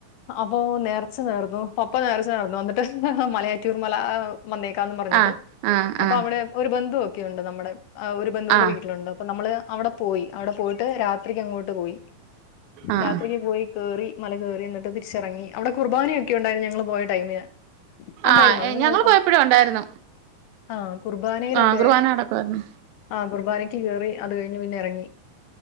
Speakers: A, on the left; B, on the right.
A: അപ്പോ നേർച്ച നേർന്നു പപ്പ നേർച്ച നേർന്നു അന്നിട്ട് മലയാറ്റൂർമല ആഹ് വന്നേക്കാംന്ന് പറഞ്ഞിട്ട്
B: ആഹ് ആഹ്
A: അപ്പൊ
B: ആഹ്
A: അവിടെ ഒരു ബന്ധുവൊക്കെയുണ്ട് നമ്മടെ ആഹ് ഒരു ബന്ധൂന്റെ
B: ആഹ്
A: വീട്ടിലുണ്ട് അപ്പൊ നമ്മള് അവിടെ പോയി അവിടെ പോയിട്ട് രാത്രിക്കങ്ങോട്ട് പോയി
B: ആഹ്
A: രാത്രിക്ക്
B: ആഹ്
A: പോയി കേറി മല കേറി എന്നിട്ട് തിരിച്ചെറങ്ങി അവിടെ കുർബാനയൊക്കെ ഒണ്ടായിരുന്നു ഞങ്ങള് പോയ ടൈമിന് ഉണ്ടായിരുന്നോ
B: ആഹ്
A: നിങ്ങള്
B: ഞങ്ങള്
A: പോയപ്പം
B: പോയപ്പഴും ഉണ്ടായിരുന്നു
A: ആഹ് കുർ ബാനയിലൊക്കെ
B: ആഹ് കുർബാന നടക്കുവായിരുന്നു
A: ആഹ് കുർബാനക്ക് കേറി അത് കഴിഞ്ഞ് പിന്നെ എറങ്ങി